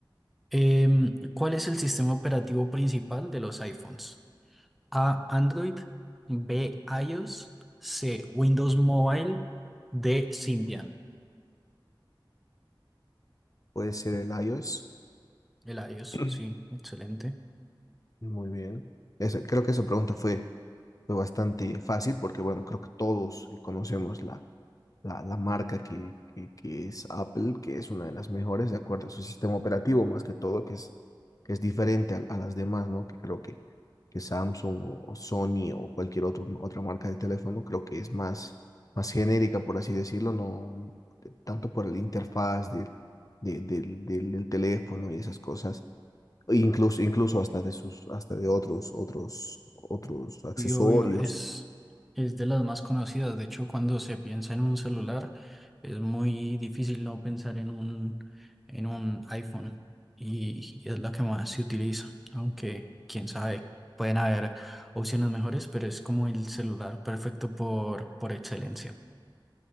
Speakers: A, in the centre; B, on the left.
A: em, ¿cuál es el sistema operativo principal de los iPhones? A, Android, B, iOS, C, Windows Mobile, D, Symbian.
B: Puede ser el iOS.
A: El iOS,
B: <clears throat>
A: sí, excelente.
B: Muy bien. Esa- creo que esa pregunta fue, fue bastante fácil porque, bueno, creo que todos conocemos la, la, la marca que, que, que es Apple, que es una de las mejores de acuerdo a su sistema operativo, más que todo, que es, que es diferente a, a las demás, ¿no? Que creo que, que Samsung o, o Sony o cualquier otro, otra marca de teléfono, creo que es más, más genérica, por así decirlo, no tanto por la interfaz de, de- del, del, del teléfono y esas cosas. e Incluso, incluso hasta de sus, hasta de otros, otros, otros accesorios
A: Y obvio, es, es de las más conocidas. De hecho, cuando se piensa en un celular, es muy difícil no pensar en un, en un iPhone. Y, y es la que más se utiliza. Aunque, quién sabe, pueden haber opciones mejores, pero es como el celular perfecto por, por excelencia.